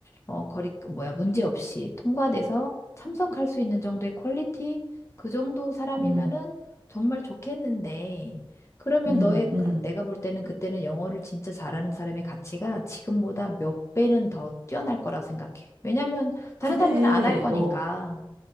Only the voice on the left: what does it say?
어, 거리, 뭐야, 문제 없이 통과돼서 참석할 수 있는 정도의 퀄리티? 그 정도 사람이면은
정말 좋겠는데, 그러면
너의,
내가 볼 때는 그때는 영어를 진짜 잘하는 사람의 가치가 지금보다 몇 배는 더 뛰어날 거라 생각해. 왜냐면 다른
사람들은 안 할 거니까.